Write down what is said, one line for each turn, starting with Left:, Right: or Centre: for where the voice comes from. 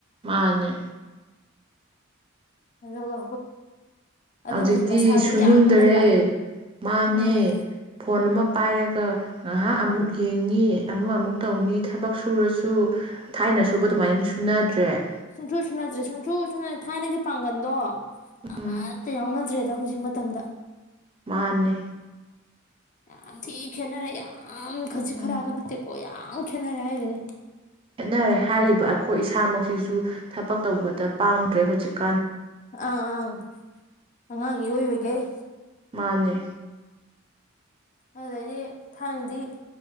Right: ꯃꯥꯅꯦ
Left: ꯑꯗꯨꯒ ꯑꯗꯨꯅꯁꯨ
Right: ꯍꯧꯖꯤꯛꯇꯤ
Left: ꯃꯁꯥꯁꯦ
Right: ꯁꯨꯅꯤꯡꯗ꯭ꯔꯦ
Left: ꯌꯥꯡꯅ ꯂꯩꯕ
Right: ꯃꯥꯅꯦ
Left: ꯎꯝ
Right: ꯐꯣꯟ ꯑꯃ ꯄꯥꯏꯔꯒ ꯉꯥꯏꯍꯥꯛ ꯑꯃꯨꯛ ꯌꯦꯡꯉꯤ ꯑꯃꯥꯑꯃꯨꯛ ꯇꯧꯅꯤ ꯊꯕꯛ ꯁꯨꯔꯁꯨ ꯊꯥꯏꯅ ꯁꯨꯕ ꯑꯗꯨꯃꯥꯏꯅ
Left: ꯎꯝ
Right: ꯁꯨꯅꯗ꯭ꯔꯦ
Left: ꯁꯨꯡꯁꯨꯁꯨꯅꯗ꯭꯭ꯔꯦ ꯁꯨꯡꯁꯨꯁꯨꯅ ꯊꯥꯏꯅꯒꯤ ꯄꯥꯡꯒꯜꯗꯣ ꯑꯃꯠꯇ
Right: ꯎꯝ
Left: ꯌꯥꯎꯅꯗ꯭ꯔꯦ ꯑꯗ ꯍꯧꯖꯤꯛ ꯃꯇꯝꯗ
Right: ꯃꯥꯅꯦ꯫
Left: ꯌꯥꯝꯝ ꯊꯤ ꯈꯦꯠꯅꯔꯦ ꯌꯥꯝ ꯌꯥꯝ ꯈꯖꯤꯛ
Right: ꯎꯝ
Left: ꯈꯔꯛꯀ ꯅꯠꯇꯦꯀꯣꯅ ꯌꯥ ꯌꯥꯝ ꯈꯦꯠꯅꯔꯦ ꯍꯥꯏꯖꯤꯅꯤ꯫
Right: ꯈꯦꯠꯅꯔꯦ ꯍꯥꯏꯔꯤꯕ ꯑꯈꯣꯏ ꯏꯁꯥꯃꯛꯁꯤꯁꯨ ꯊꯕꯛ ꯇꯧꯕꯗ ꯄꯥꯡꯗ꯭ꯔꯦ ꯍꯧꯖꯤꯛꯀ
Left: ꯑꯥ ꯑ꯫ ꯑꯉꯥꯡ ꯏꯑꯣꯏ ꯑꯣꯏꯒꯩ꯫
Right: ꯃꯥꯅꯦ꯫
Left: ꯑꯗꯨꯗꯩꯗꯤ ꯊꯥꯏꯅꯗꯤ